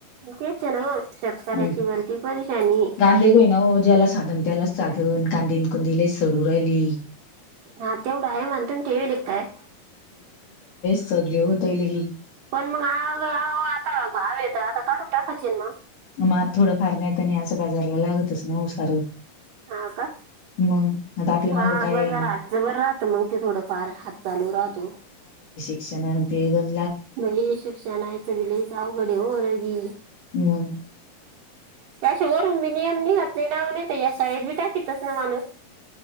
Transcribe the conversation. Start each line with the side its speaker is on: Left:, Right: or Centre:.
Right: तेच आहे ना मग शेतकऱ्याची
Left: हम्
Right: बनती परेशानी
Left: गांधे गोईना ओ ज्याला साधन त्याला साधण कांदीनकुंदिले सडू राहिली.
Right: हा <unintelligible> काय.
Left: सडली होतयल ही.
Right: पण म <unintelligible> आता काढून टाकायचेन मग.
Left: नमा थोडं फार न्हेते आणि असं बाजारला लागतच ना ओ सारं.
Right: हा का?
Left: मग आता आपल्या
Right: हा
Left: मागं काय
Right: बजारातच
Left: नाही
Right: बर राहतं मग ते थोडंफार हात चालू राहतो.
Left: क्षण आणि ते गण
Right: बई शिक्षणाचं बी लईच अवघडे ओ रवी.
Left: मग
Right: <unintelligible> माणूस